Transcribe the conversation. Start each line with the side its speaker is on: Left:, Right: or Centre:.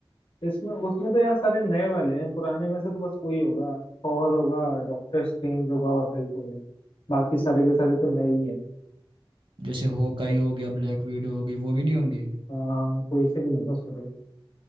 Left: इसमें उसमें तो यार सारे नए वाले हैं पुराने में से तो बस कोई होगा थॉर होगा डॉक्टर स्ट्रेंज होगा और हल्क होगा बाकी सारे के सारे तो नए ही है
Right: जैसे होकाई हो गया ब्लैक विडो होगी वो भी नहीं होंगे
Left: हाँ कोई से भी नहीं है उसमें तो